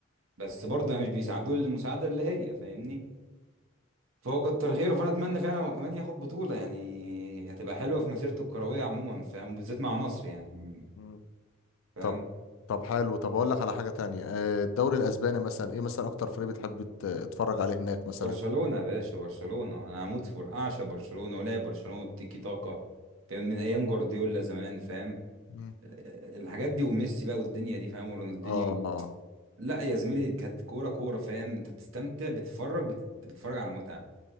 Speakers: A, on the right; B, on the left.
A: بس برضه مش بيساعدوه المساعده اللي هي فاهمني فهو كتر خيره فانا اتمنى فعلا هو كمان ياخد بطوله يعني هتبقى حلوه في مسيرته الكرويه عموما فاهم بالذات مع مصر يعني
B: مم.
A: فاهم
B: طب طب حلو طب هقول لك على حاجة تانية آه، الدوري الأسباني مثلا إيه مثلا أكتر فريق بتحب ت- تتفرج عليه هناك مثلا
A: برشلونه يا باشا برشلونه انا هموت في اعشى برشلونه ولاعب برشلونه والتيكي تاكا فاهم من ايام جوارديولا زمان فاهم
B: مم.
A: الحاجات دي وميسي بقى والدنيا دي فاهم ورونالدينيو
B: آه
A: لا يا زميلي كانت كوره كوره فاهم انت بتستمتع بتتفرج بت- بتتفرج على متعه